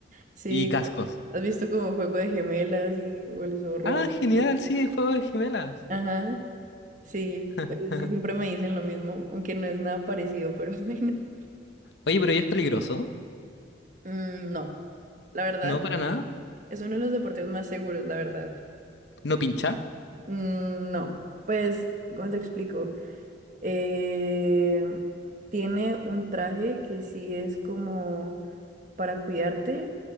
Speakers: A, on the right; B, on the left.
A: Sí,
B: y cascos.
A: ¿has visto como juego de gemelas y o el zorro?
B: Ah,
A: o algo
B: genial,
A: así?
B: sí, en Juego de Gemelas.
A: Ajá. Sí, eh,
B: <laughs>
A: sí, siempre me dicen lo mismo, aunque no es nada parecido, pero <laughs> bueno.
B: Oye, pero ¿y es peligroso?
A: Mm, no, la verdad,
B: No, para nada.
A: es uno de los deportes más seguros, la verdad.
B: No pincha.
A: Mm, no, pues, ¿cómo te explico? Eh, tiene un traje que sí es como para cuidarte,